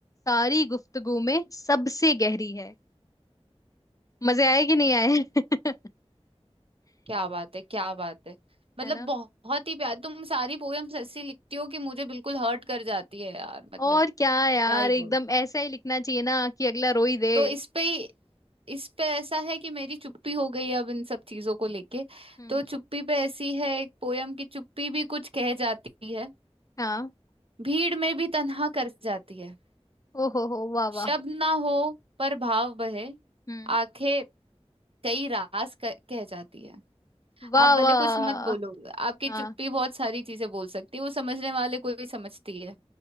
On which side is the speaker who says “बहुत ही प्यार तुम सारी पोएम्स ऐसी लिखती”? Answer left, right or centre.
Right